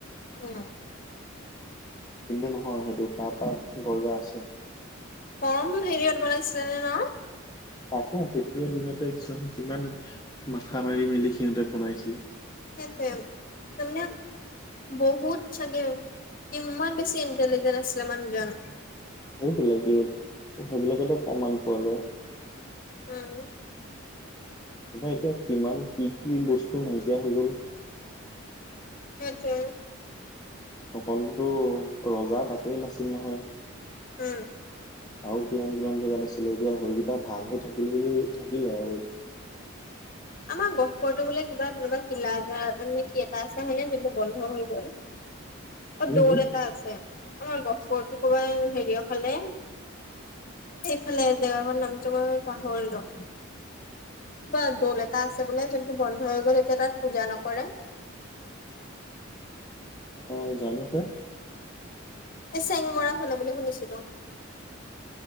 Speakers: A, on the left; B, on the left.
A: উম।
B: কিন্তু নহয় সেইটো তাৰপৰা দৰ্জা আছে।
A: কম হেৰিয়ত বনাইছিলেনে ন!
B: তাকে তেতিয়া দিনতে কিছুমান কিমান মাথা মাৰি মেলি সিহঁতে বনাইছিল।
A: সেইটোয়ে তাৰ মানে বহুত চাগে কিমান বেছি ইণ্টেলিজেন্ট আছিলে মানুহজন।
B: সেইবিলাকেই সেইবিলাকতে প্ৰমাণ পোৱা যায়।
A: উম।
B: তাৰপৰা এতিয়া কিমান কি কি বস্তু নাইকিয়া হৈ গ'ল।
A: সেইটোয়ে।
B: অকলতো ৰজা তাতেই নাছিল নহয়।
A: উম।
B: আৰু কিমান, কিমান জেগাত আছিলে এতিয়া সেইকেইটা, ভাল হৈ থাকিল বুলি থাকিলে আৰু।
A: আমাৰ গহপুৰটো বোলে কিবা, তেনেকুৱা কিলাগাৰনে কি এটা আছে হয়নে, যোনটো বন্ধ হৈ গ'ল। অ',
B: হম
A: দৌল
B: হম
A: এটা আছে, আমাৰ গহপুৰটো ক'বাত হেৰিয় ফালে। এইফালে জেগা দুখৰ নামটো মই পাহৰিলো। বা দৌল এটা আছে বোলে, যোনটো বন্ধ হৈ গ'ল এতিয়া তাত পূজা নকৰে।
B: অ', জানো পায়।
A: চেংমৰা ফালে বুলি শুনিছিলোঁ।